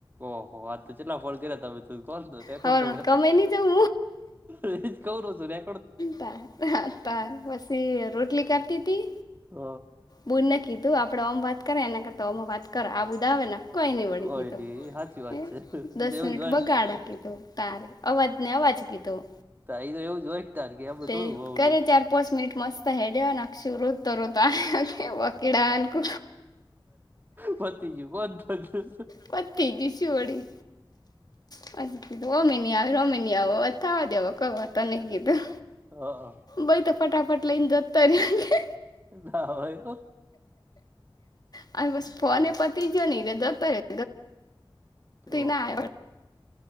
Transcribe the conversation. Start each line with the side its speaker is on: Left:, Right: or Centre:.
Right: ઓહો વાત ચ ચેટલા ફળ કર્યા તમે કો રેકોર્ડ ચેકો્ડ
Left: હવારમાં
Right: તોડ્યો
Left: કમાઈ ની જઉં
Right: હ એજ કઉન હું ને.
Left: પા પા પા પસી રોટલી કરતી તી.
Right: હ.
Left: બુને કીધું આપડે ઓમ વાત કરાય એના કરતાં ઓમ વાત કરો આવવું હોય તો આવેન વળી કોઈની વળી
Right: કોઈ
Left: કીધું.
Right: નઈ સાચી વાત
Left: એ
Right: છે
Left: દસ
Right: એ તો એવું
Left: મિનિટ
Right: જ હોય
Left: બગાડ
Right: ને હ
Left: કીધું તારી અવાજને અવાજ કીધું.
Right: તો એવું જ હોય તાર કે એમાં
Left: તે
Right: થોડું હોલું
Left: કરે ચાર પોસ મિનિટ મસ્ત. તો હેડયોને અક્ષુ રોતો રોતાં વકિડા નકુ
Right: પતી ગયું <unintelligible>
Left: પતી ગયું શું વળી. પછી કીધું ઓમે ની આવે ઓમેય ની આવ થાવા દેવો કો વાંધો નહીં કીધું.
Right: હ અ.
Left: બઈ તો ફટાફટ લઈને જતો રયો કે.
Right: ના હોય હો.
Left: અને પસી
Right: હમ
Left: ફોને પતી જ્યો ને ઈવે જતો રે. તી
Right: ઓહો
Left: ના